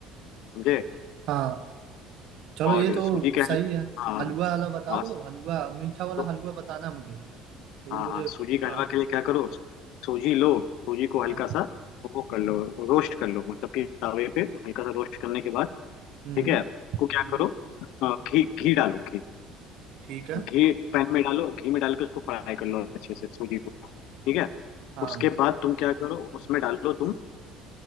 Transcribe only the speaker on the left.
समझे
और
सूजी के
हलवा
हाँ
हाँ
सू-
हाँ
हाँ सूजी के
हलवा के लिए क्या करो सूजी लो सूजी को हल्का
सा वो कर लो रोस्ट कर लो मतलब कि तवे पे हल्का सा रोस्ट करने के बाद
ठीक है उसको क्या
करो अ, घी घी डालो घी
घी पैन में डालो घी में डाल के उसको फ्राई कर लो अच्छे से सूजी को ठीक है
उसके बाद तुम क्या करो उसमें डालो तुम